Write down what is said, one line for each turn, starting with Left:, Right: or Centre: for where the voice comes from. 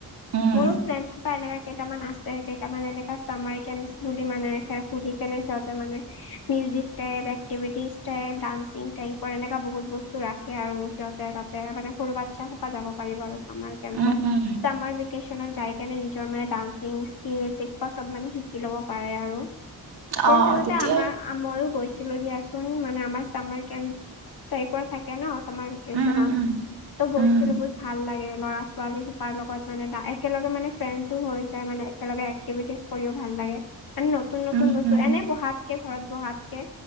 Right: উম,
Left: মোৰো ফ্ৰেণ্ডচ বা এনেকা কেইটামান আছে। কেইটামান এনেকা চামাৰ স্কেন বুলি মানে খুলি কেনে সিহঁতে মানে, music type, activities type, dancing টাইপৰ এনেুৱা বহুত বস্তু ৰাখে আৰু সিহঁতে ত মানে সৰু বাচ্ছা সোপা যাব পাৰিব আৰু চামাৰ কেম্পত।
Right: উম, উম,
Left: চামাৰ ভেকেচনত যাই কিনি আৰু নিজৰ মানে ডানসিং তেনেকুৱা চব মানে শিকি লব পাৰে আৰু। সৰু
Right: অ',
Left: থাকোঁতে
Right: তেতিয়া
Left: আমাৰ মইয়ো গৈছিলো দিয়াচোন মানে। আমাৰ চামাৰ কেম্প টাইপৰ থাকে ন, চামাৰ ভেকেছনট
Right: উম, উম, উম,
Left: ত' গৈছিলো
Right: উম,
Left: বহুত ভাল লাগে ল'ৰা ছোৱালী সোপাৰ লগত মানে একেলগে মানে ফ্ৰেণ্ডছো হৈ যায় মানে একেলগে। এক্টিভিতিচ কৰিও ভাল লাগে। মানে নতুন
Right: উম,
Left: নতুন বস্তু
Right: উম,
Left: এনে বহাতকে, ঘৰত বহাত কে